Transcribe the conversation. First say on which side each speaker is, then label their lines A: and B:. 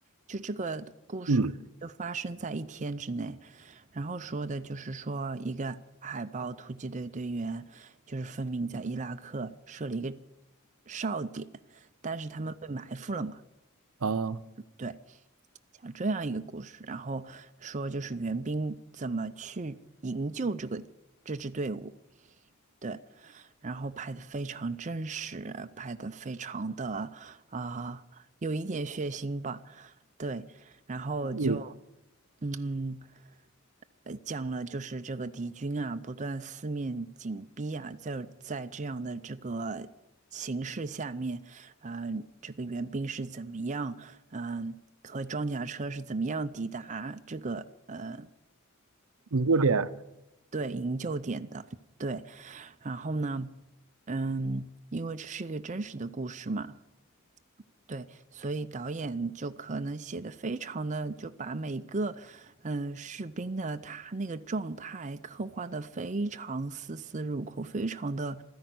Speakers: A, on the right; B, on the right.
A: 就这个故事可能就发生在一天之内，
B: 嗯
A: 然后说的就是说一个海豹突击队队员就是分明在伊拉克设了一个哨点，但是他们被埋伏了嘛。
B: 啊，
A: 对。讲这样一个故事，然后说就是援兵怎么去营救这个这支队伍，对，然后拍的非常真实，拍的非常的啊、有一点血腥吧，对，然后就
B: 嗯，
A: 嗯。呃讲了就是这个敌军啊，不断四面紧逼啊，在在这样的这个形势下面，呃，这个援兵是怎么样，嗯、和装甲车是怎么样抵达这个呃
B: 你有点，
A: 对营救点的，对，然后呢，嗯，因为这是一个真实的故事嘛。对，所以导演就可能写的非常的，就把每个嗯士兵的他那个状态刻画的非常丝丝入扣，非常的